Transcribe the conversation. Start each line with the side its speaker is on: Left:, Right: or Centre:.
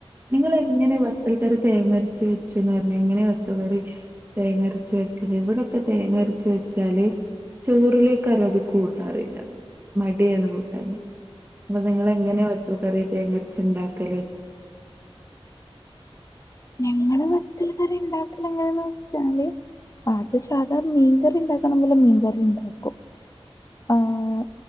Right: നിങ്ങളെ എങ്ങനെ വത്തൽക്കറി തേങ്ങരച്ച് വെച്ചുന്ന്റഞ്ഞെ എങ്ങനെയ വത്തൽക്കറി തേങ്ങരച്ച് വെക്കല് ഇവിടൊക്കെ തേങ്ങരച്ച് വെച്ചാല് ചോറിലേക് ആരു അത്ക്കൂട്ടാറില്ല അങ്ങനെ മടിയാണ് കൂട്ടാന് ങ്ങൾനെ നിങ്ങളെങ്ങനെയ വത്തൽക്കറി തേങ്ങരച്ച് ഉണ്ടാക്കല്
Left: ഞങ്ങള് വത്തൽ കറി ഇണ്ടാക്കലങ്ങെനേന്ന് വെച്ചാല് പാച ത് സധാ മീൻകറി ഉണ്ടാക്കണ ലം മീൻ കറി ഉണ്ടാക്കും ആഹ്